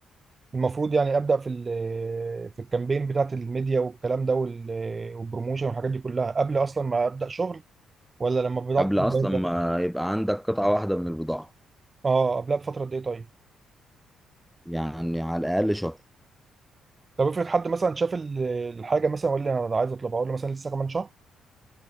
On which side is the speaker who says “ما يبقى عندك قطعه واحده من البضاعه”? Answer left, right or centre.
Centre